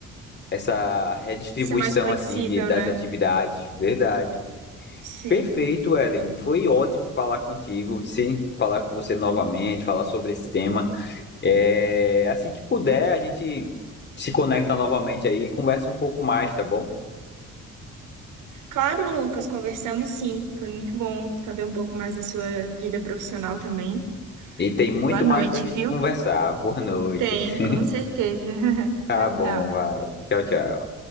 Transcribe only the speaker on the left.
essa redistribuição,
assim, de, das
atividades. Verdade.
Perfeito, Ellen. Foi ótimo falar contigo, sim, falar com você novamente, falar sobre esse tema. É, assim que puder, a gente se conecta novamente aí e conversa um pouco mais, tá bom?
E tem muito
mais pra gente
conversar. Boa noite.
<laughs>
Tá
bom,
vai. Tchau, tchau.